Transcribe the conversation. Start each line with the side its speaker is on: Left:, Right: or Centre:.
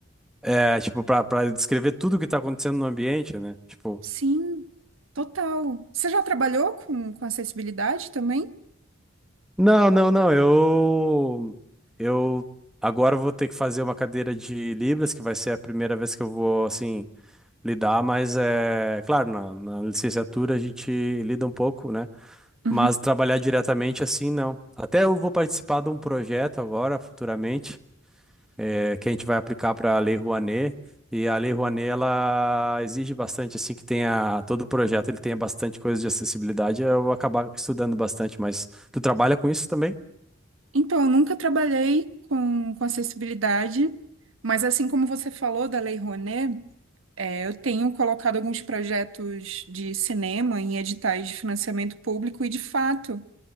Centre: é tipo para para descrever tudo o que tá acontecendo no ambiente, né? Tipo,
Right: Sim, total. Você já trabalhou com, com acessibilidade também?
Centre: não, não, não, eu eu agora eu vou ter que fazer uma cadeira de Libras, que vai ser a primeira vez que eu vou assim lidar, mas é claro, na, na licenciatura a gente lida um pouco, né?
Right: Uhum.
Centre: Mas trabalhar diretamente assim, não. Até eu vou participar de um projeto agora, futuramente, eh, que a gente vai aplicar para a Lei Rouanet. E a Lei Rouanet, ela exige bastante, assim, que tenha, todo o projeto ele tenha bastante coisa de acessibilidade. Eu vou acabar estudando bastante, mas tu trabalha com isso também?
Right: Então, eu nunca trabalhei com, com acessibilidade, mas assim como você falou da Lei Rouanet, É, eu tenho colocado alguns projetos de cinema em editais de financiamento público e, de fato,